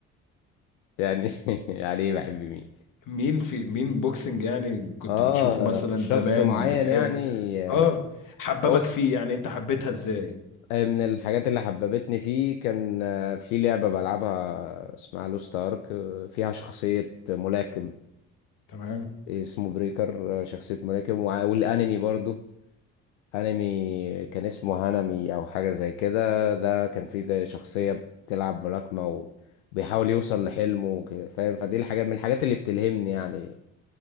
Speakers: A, on the left; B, on the left.
A: يعني <laughs> عليه بحب مين
B: مين في مين بوكسنج يعني كنت
A: اه
B: بتشوفه مثلا
A: شخص
B: زمان
A: معين
B: بتحبه
A: يعني آه،
B: اه حببك
A: هو
B: فيه يعني انت حبيتها ازاي
A: من الحاجات اللي حببتني فيه كان آه، في لعبة بلعبها اسمها لوست ارك فيها شخصية ملاكم
B: تمام
A: اسمه بريكر آه، شخصية ملاكم وع- والانمي برضو هانمي كان اسمه هانمي او حاجة زي كده ده كان فيه جاي- شخصية بتلعب ملاكمة وبيحاول يوصل لحلمه وك- فاهم فدي الحاجات من الحاجات اللي بتلهمني يعني